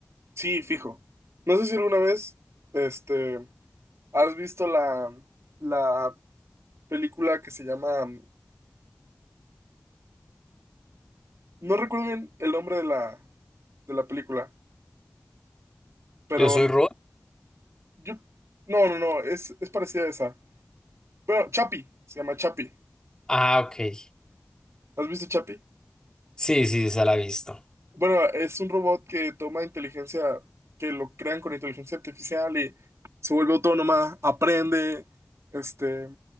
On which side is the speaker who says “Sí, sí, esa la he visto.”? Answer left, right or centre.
Left